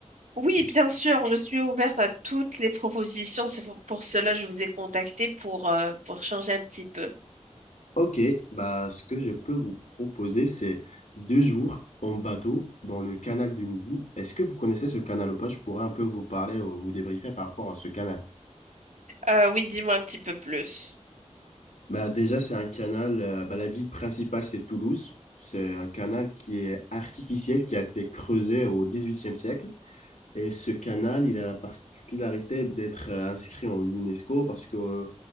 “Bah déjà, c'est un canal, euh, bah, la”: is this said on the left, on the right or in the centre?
Left